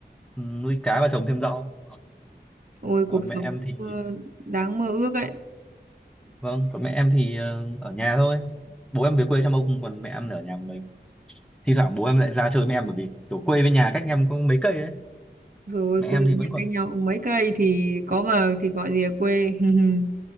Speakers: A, in the centre; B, on the right (about 55°).
A: ừ, nuôi cá và trồng thêm rau
B: ôi cuộc
A: còn mẹ
B: sống
A: em thì
B: ờ, đáng mơ ước đấy
A: Vâng, còn mẹ em thì ờ, ở nhà thôi. Bố em về quê chăm ông, còn mẹ em ở nhà một mình. Thi thoảng bố em lại ra chơi với em bởi vì kiểu quê với nhà cách em có mấy cây ấy.
B: rồi
A: Mẹ
B: quê
A: em thì vẫn
B: nhà
A: còn
B: cách nhau mấy cây thì có mà thì gọi gì là quê <laughs>